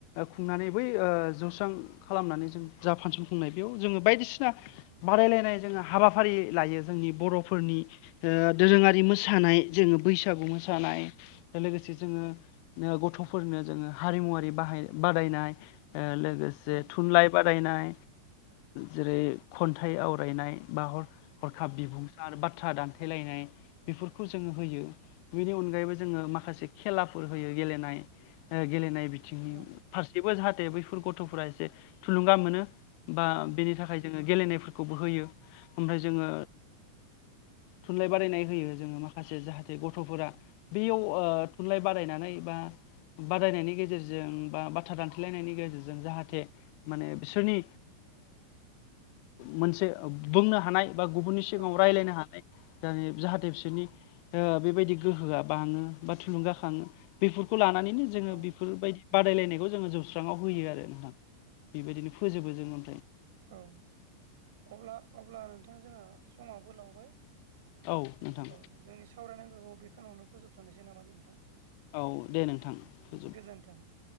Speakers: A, on the left (about 45°); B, on the right (about 55°).
A: खुंनानै बै जौस्रां खालामनानै जों जा फांसन खुंनाय बेयाव जोङो बायदिसिना बादायलायनाय जोङो हाबाफारि लायो जोंनि बर'फोरनि दोरोङारि मोसानाय जोङो बैसागु मोसानाय लोगोसे जोङो गथ'फोरनो जोङो हारिमुवारि बाहाय बादायनाय लोगोसे
B: औ
A: थुनलाइ बा बादायनाय जेरै खन्थाइ आवरायनाय बा हर हरखाब बिबुंसार बा बाथ्रा दान्थेलायनाय बेफोरखौ जोङो होयो बेनि अनगायैबो जोङो माखासे माखासे खेलाफोर होयो गेलेनाय गेलेनाय बिथिंनि
B: औ
A: फारसेबो जाहाथे बैफोर गथ'फोरा एसे थुलुंगा मोनो बा
B: औ
A: बेनि थाखाय जों गेलेनायफोरखौबो होयो ओमफ्राय जोङो थुनलाइ बादायनाय होयो जोङो माखासे जाहाथे गथ'फोरा बेयाव थुनलाइ बादायनानै बा बादायनायनि गेजेरजों बा बाथ्रा दानथेलायनायनि गेजेरजों जाहाथे माने बिसोरनि मोनसे बुंनो हानाय बा गुबुननि सिगाङाव
B: औ
A: रायज्लायनो हानाय जाहाथे बिसोरनि बेबायदि गोहोआ बाङो बा थुलुंगाखाङो बेफोरखौ लानानैनो जोङो
B: औ
A: बेफोरबायदि बादायलायनायखौ जोङो जौस्रांआव होयो
B: नंगौ
A: आरो नोंथां बेबायदिनो फोजोबो जोङो
B: औ अब्ला अब्ला नोंथां जोंहा समाबो लावबाय
A: औ नोंथां
B: औ जोंनि सावरायनांगौ बेे खिनिआवनो फोजोबथ'नोसै नामा नोंथां
A: औ दे नोंथां फोजोब
B: गोजोन्थों।